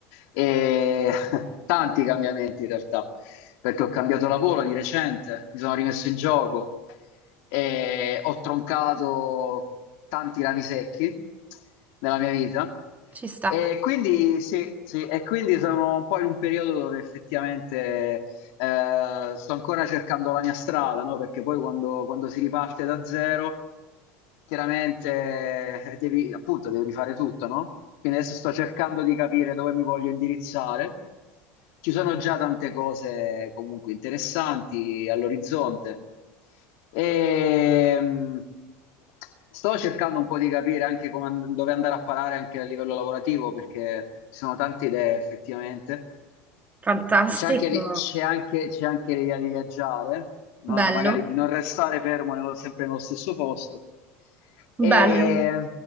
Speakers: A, on the left; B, on the right.
A: e <laughs> tanti cambiamenti in realtà, perché ho cambiato lavoro di recente, mi sono rimesso in gioco e ho troncato tanti rami secchi nella mia vita.
B: Ci sta.
A: E quindi, sì, sì, e quindi sono un po' in un periodo dove effettivamente eh, sto ancora cercando la mia strada, no? Perché poi quando, quando si riparte da zero chiaramente eh, devi, appunto, devi rifare tutto, no? Quindi adesso sto cercando di capire dove mi voglio indirizzare. Ci sono già tante cose comunque interessanti all'orizzonte. E, mh, sto cercando un po' di capire anche come and- dove andare a parare anche a livello lavorativo, perché ci sono tante idee effettivamente.
B: Fantastico.
A: C'è anche, lì- c'è anche, c'è anche l'idea di viaggiare, ma
B: Bello,
A: no, magari di non restare fermo nello- sempre nello stesso posto.
B: bello.
A: E